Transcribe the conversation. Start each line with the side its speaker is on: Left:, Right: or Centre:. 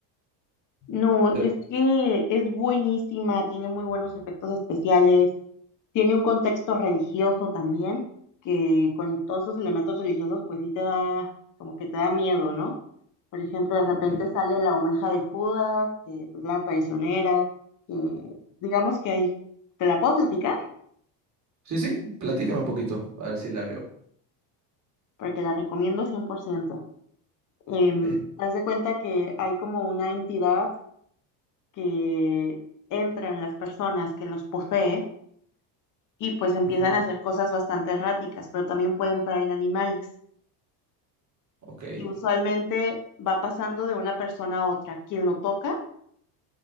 Left: No,
Right: Pero,
Left: es que es buenísima, tiene muy buenos efectos especiales, tiene un contexto religioso también, que con todos esos elementos religiosos, pues sí te da, como que te da miedo, ¿no? Por ejemplo, de repente
Right: ok.
Left: sale la oveja de Judas, que es la traicionera, que digamos que ahí, te la puedo platicar,
Right: Sí, sí, platícame un poquito, a ver si la veo.
Left: porque la recomiendo 100%. Em,
Right: Eh,
Left: haz de cuenta que hay como una entidad que entra en las personas, que los posee y pues empiezan
Right: ujú,
Left: a hacer cosas bastante erráticas, pero también pueden traer en animales.
Right: Ok,
Left: Y usualmente va pasando de una persona a otra. Quien lo toca